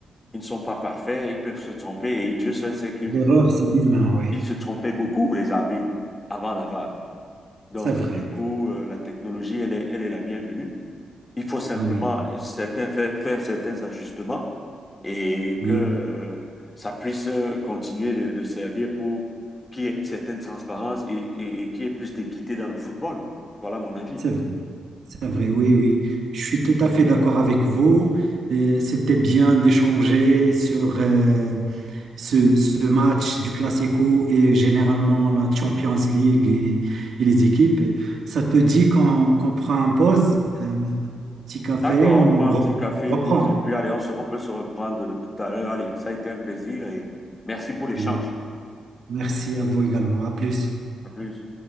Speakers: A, on the left; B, on the right.
A: ils ne sont pas parfaits, ils peuvent se tromper et Dieu seul sait que
B: L'erreur, c'est humain, oui.
A: ils se trompaient beaucoup, les arbitres, avant la VAR. Donc,
B: C'est vrai.
A: du coup, euh, la technologie, elle est, elle est la bienvenue. Il faut simplement
B: Ah Oui,
A: certains, faire, faire certains ajustements et
B: oui.
A: que euh, ça puisse euh, continuer de, de servir pour qu'il y ait une certaine transparence et, et, et qu'il y ait plus d'équité dans le football. Voilà mon avis.
B: C'est vrai, c'est vrai, oui, oui. Je suis tout à fait d'accord avec vous. Euh, C'était bien d'échanger sur euh, ce, ce match du Classico et généralement la Champions League et, et les équipes. Ça te dit qu'on qu'on prend un pause, euh, un petit café,
A: D'accord,
B: on
A: on Mm. prend un
B: re-
A: petit café, une
B: reprend.
A: pause et puis allez, on se- on peut se reprendre tout à l'heure. Allez, ça a été un plaisir et merci pour l'échange.
B: Oui. Merci à vous également. À plus.
A: À plus.